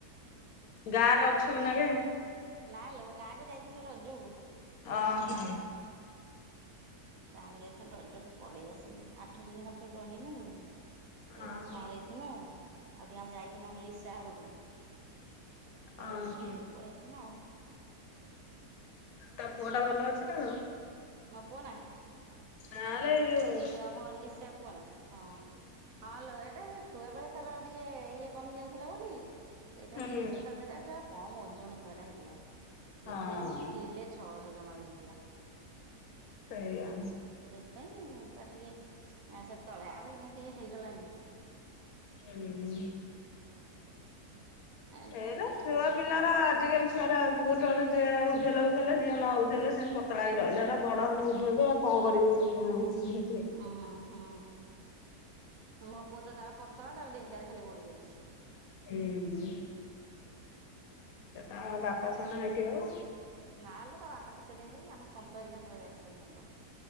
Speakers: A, on the left; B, on the right.
A: ଗାଁରେ ଅଛୁ ଏନାକେ।
B: ହ୍ୟାଲୋ ଗାଁ କୁ ଯାଇଥିଲି ରଜ କୁ।
A: ଓ ହୋ।
B: ଗାଁକୁ ଯାଇଛନ୍ତି ରଜକୁ ପଳେଇ ଆସିନି ଆଠ ଦିନି ଖଣ୍ଡେ ରହିନି। ଟିକେ
A: ଓହୋ
B: ଘଟଗାଁ ଯାଇଥିନୁ ଆଉ ଟିକେ ଆମେ ଯାଇଥିଲୁ ଆମେ ଲିସା ଘରକୁ। ବୁଲାବୁଲି
A: ଓହୋ
B: କରିକି ଟିକେ ପଳେଇ ଆସିଲୁ।
A: ତା ପୁଅଟା ଭଲ ଅଛି ନା ଆଉ?
B: ମୋ ପୁଅ ନା
A: ନାଲୋ ଯୋଉ
B: ଏଇ ଆମ ଲିଶା ପୁଅ ନା ହଁ। ହଁଲୋ ଏଇଟା ଛୁଆବେଳେ ତାର ଟିକେ ଟିଏ କମି ଯାଉଥିଲା ବୋଲି ସେଇଟାରେ
A: ହୁଁ
B: ଦେ ଯ କମ ଓଜନ ଛୁଆ ଟା ହେଇଥିଲା। କେତେ
A: ହଁ
B: କହନି କିିଲେ ଛଅଶହ ଜମା ହେଇଥିଲା।
A: ସେଇଆ।
B: ସେଇଥିପାଇଁ ତାର ଟିକେ ସେ ତଳେ ଆଉ ଏଇନାଇ ଟିକେ ହେଇଗଲାଣି।
A: ହୁଁ।
B: ଆ ଟିକେ
A: ହେରା
B: ହେଇଗଲାଣି
A: ଛୁଆ
B: ଯେ
A: ପିଲାର ଆଜିକାଲି ଛୁଆରା ଗୋଟେ ଯିଏ ଉଧେଲେ ଉଧଲେ ଯିଏ ନଉଧେଇଲେ ସେମିତି ପତଳା ହେକ ରହିଲା ହେରା ବଡ ହେଲେ ଉଧେଇବ ହେରା କଣ କରିବୁ। <unintelligible>
B: ଆଁ ହଁ। ମୋ ପୁଅ ତ ତାର ପତଳା ତାର ଡେଙ୍ଗା ଖାଲି ବଡିି ଯାଉଛି।
A: ହୁଁ। ତା ବାପା ତ ନାହାନ୍ତି ଆଉ।
B: ନା ଲୋ ତା ବାପା କେତେ ଡେଙ୍ଗେଇକି ଆମ ସନ୍ତ ହେରିକା ଭଳିଆ ହବ।